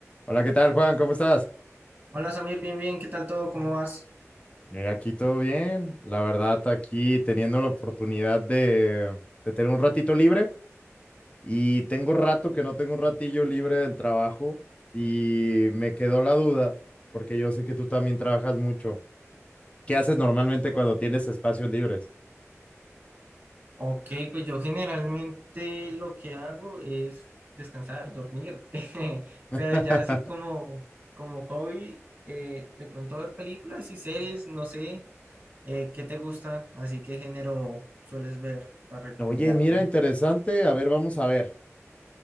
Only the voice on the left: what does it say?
Hola, ¿qué tal, Juan? ¿Cómo estás?
Mira, aquí todo bien. La verdad, aquí teniendo la oportunidad de, de tener un ratito libre y tengo rato que no tengo un ratillo libre del trabajo y me quedó la duda porque yo sé que tú también trabajas mucho. ¿Qué haces normalmente cuando tienes espacios libres?
<laughs>
Oye, mira, interesante. A ver, vamos a ver.